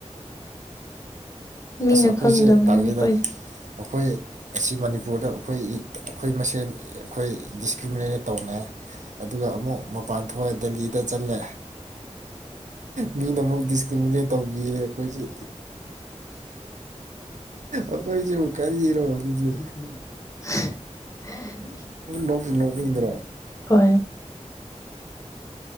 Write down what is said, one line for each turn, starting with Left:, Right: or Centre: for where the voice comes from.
Left: ꯃꯤꯅ
Right: ꯑꯁ ꯑꯩꯈꯣꯏꯁꯦ
Left: ꯈꯪꯗꯕꯅꯦ
Right: ꯇꯜꯂꯦꯗ
Left: ꯑꯩꯈꯣꯏꯁꯦ
Right: ꯑꯩꯈꯣꯏ ꯑꯁꯤ ꯃꯅꯤꯄꯨꯔꯗ ꯑꯩꯈꯣꯏ ꯑꯩꯈꯣꯏ ꯃꯁꯦꯟ ꯑꯩꯈꯣꯏ ꯗꯤꯁꯀ꯭ꯔꯤꯃꯤꯅꯦꯠ ꯇꯧꯅꯩ ꯑꯗꯨꯒ ꯑꯃꯨꯛ ꯃꯄꯥꯟ ꯊꯣꯛꯑꯦ ꯗꯦꯜꯂꯤꯗ ꯆꯠꯂꯦ ꯃꯤꯅ ꯑꯃꯨꯛ ꯗꯤꯁ <unintelligible> ꯇꯧꯈꯤꯌꯦ ꯑꯩꯈꯣꯏꯁꯦ ꯑꯈꯣꯏ ꯁꯤꯕꯨ ꯀꯔꯤꯔꯣ? ꯑꯗꯨꯗꯤ
Left: <unintelligible>
Right: ꯅꯣꯛꯄꯨ ꯅꯣꯛꯅꯤꯡꯗ꯭ꯔꯣ
Left: ꯍꯣꯏ꯫